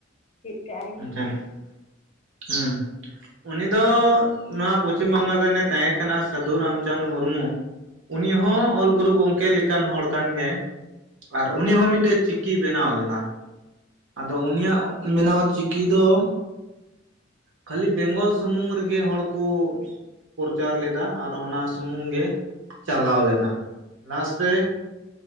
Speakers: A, on the left; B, on the right.
A: ᱪᱮᱫ ᱠᱟᱜᱼᱟ ᱞᱤᱧ᱾
B: <unintelligible> ᱦᱩᱸ᱾ ᱩᱱᱤ ᱫᱚ ᱱᱚᱣᱟ ᱯᱚᱪᱷᱤᱢ ᱵᱟᱝᱜᱟᱞ ᱨᱮᱱᱮ ᱛᱟᱦᱮᱸ ᱠᱟᱱᱟ ᱥᱟᱹᱫᱷᱩ ᱨᱟᱢᱪᱟᱸᱫᱽ ᱢᱩᱨᱢᱩ᱾ ᱩᱱᱤ ᱦᱚᱸ ᱚᱞ ᱜᱩᱨᱩ ᱜᱚᱝᱠᱮ ᱞᱮᱠᱟᱱ ᱦᱚᱲ ᱠᱟᱱ ᱜᱮᱭᱟᱭ᱾ ᱟᱨ ᱩᱱᱤ ᱦᱚᱸ ᱢᱤᱫᱴᱮᱡ ᱪᱤᱠᱤᱭ ᱵᱮᱱᱟᱣ ᱞᱮᱫᱟ᱾ ᱟᱫᱚ ᱩᱱᱤᱭᱟᱜ ᱵᱮᱱᱟᱣ ᱪᱤᱠᱤ ᱫᱚ ᱠᱷᱟᱹᱞᱤ ᱵᱮᱝᱜᱚᱞ ᱥᱩᱢᱩᱝ ᱨᱮᱜᱮ ᱦᱚᱲ ᱠᱚ ᱯᱚᱨᱪᱟᱨ ᱞᱮᱫᱟ ᱟᱨ ᱚᱱᱟ ᱥᱩᱢᱩᱝ ᱜᱮ ᱪᱟᱞᱟᱣ ᱞᱮᱱᱟ᱾ ᱞᱟᱥ ᱨᱮ